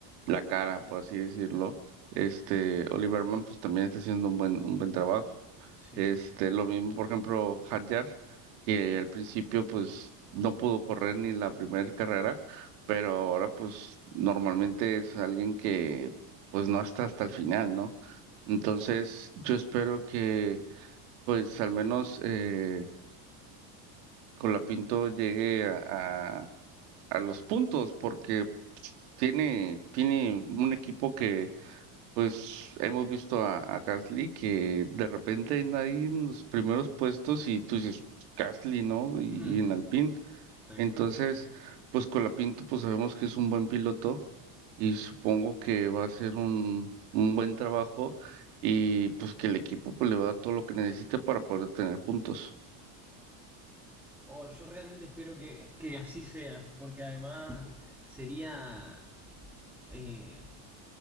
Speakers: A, on the right; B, in the centre.
A: la cara, por así decirlo, este Oliverman pues también está haciendo un buen, un buen trabajo.
B: Sí.
A: Este, lo mismo, por ejemplo, Hadjar, que al principio pues no pudo correr ni la primera carrera, pero ahora pues normalmente es alguien que pues no hasta hasta el final, ¿no? Entonces, yo espero que, pues al menos eh, Colapinto llegue a, a, a los puntos, porque tiene, tiene un equipo que, pues hemos visto a, a Gasly que de repente anda ahí en los primeros puestos y tú dices, "Pues, Gasly, ¿no? Y,
B: <laughs>
A: y en Alpine.
B: Tal
A: Entonces,
B: cual.
A: pues Colapinto, pues sabemos que es un buen piloto y supongo que va a hacer un, un buen trabajo y pues que el equipo pues le va a dar todo lo que necesite para poder tener puntos.
B: Oh, yo realmente espero que, que así sea, porque además sería eh,